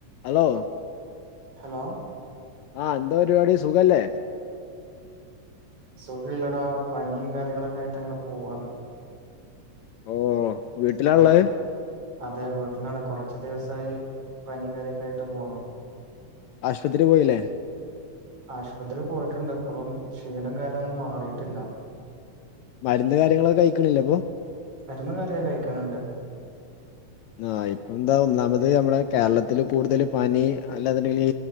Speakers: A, on the left; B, on the right.
A: ഹലോ
B: ഹലോ
A: ആഹ് എന്തോ പരിപാടി സുഖല്ലേ
B: സുഖമില്ലടാ പനിയും കാര്യങ്ങളൊക്കെ ആയിട്ട് അങ്ങനെ പോവുവാണ്
A: ഓഹ് വീട്ടിലാ
B: കൊറ
A: ഉള്ളത്
B: അതെ വീട്ടിലാണ് കൊറച്ച് ദിവസായി പനിയും കാര്യക്കെ ആയിട്ട് പോണു
A: ആശുപത്രി പോയില്ലേ
B: ആശുപത്രീൽ പോയിട്ടുണ്ട് ഇപ്പൊളും ക്ഷീണം കാര്യോന്നും മാറീട്ടില്ല
A: മരുന്ന് കാര്യങ്ങളൊക്കെ കഴിക്കണില്ലേ അപ്പൊ
B: മരുന്ന് കര്യക്കെ കഴിക്കണുണ്ട്
A: ആഹ് ഇപ്പ എന്താ ഒന്നാമത് നമ്മുടെ കേരളത്തില് കൂടുതൽ പനി അല്ലാന്നിണ്ടെങ്കില്